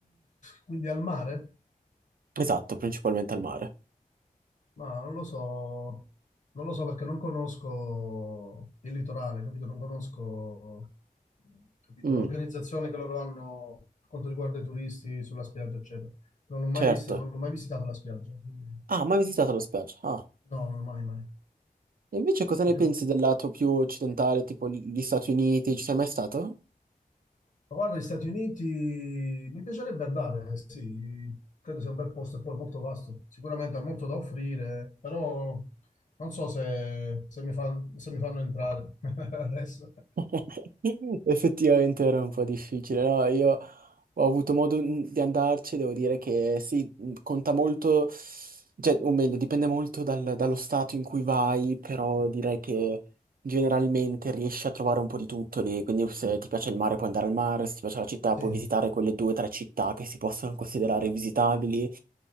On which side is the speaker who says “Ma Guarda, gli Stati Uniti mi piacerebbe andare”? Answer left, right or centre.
Left